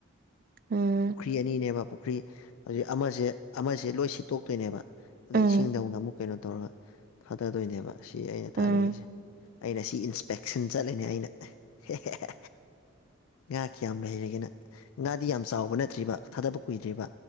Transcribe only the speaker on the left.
ꯄꯨꯈ꯭ꯔꯤ ꯑꯅꯤꯅꯦꯕ ꯄꯨꯈ꯭ꯔꯤ ꯍꯧꯖꯤꯛ ꯑꯃꯁꯦ ꯑꯃꯁꯦ ꯂꯣꯏ ꯁꯤꯠꯇꯣꯛꯇꯣꯏꯅꯦꯕ ꯑꯗ
ꯏꯁꯤꯡꯗꯧꯅ ꯑꯃꯨꯛ ꯀꯩꯅꯣ ꯇꯧꯔꯒ ꯊꯥꯗꯗꯣꯏꯅꯦꯕ ꯁꯤ ꯑꯩꯅ ꯊꯥꯔꯛꯏꯁꯦ
ꯑꯩꯅ ꯁꯤ ꯏꯟꯁꯄꯦꯛꯁꯟ ꯆꯠꯂꯤꯅꯦ ꯑꯩꯅ ꯍꯦ ꯍꯦ ꯍꯦ ꯉꯥ ꯀꯌꯥꯝ ꯂꯩꯔꯒꯦ ꯅꯪ ꯉꯥꯗꯤ ꯌꯥꯝ ꯆꯥꯎꯕ ꯅꯠꯇ꯭ꯔꯤꯕ ꯊꯥꯗꯕ ꯀꯨꯏꯗ꯭ꯔꯤꯕ